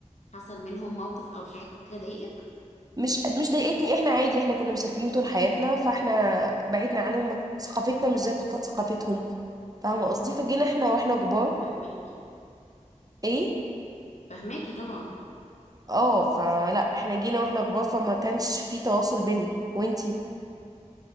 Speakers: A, on the left; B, on the right.
A: حصل منهم موقف أو حاجة ضايقك؟
B: مش مش ضايقتني احنا عادي احنا كنا مسافرين طول حياتنا فاحنا بعدنا عنهم ما- ثقافتنا مش زي تق- ثقافتهم فاهمه قصدي فجينا احنا واحنا كبار
A: فهماكي
B: ايه
A: فهماكي طبعا
B: اه فلا احنا جينا واحنا كبار فما كانش في تواصل بينا وانتي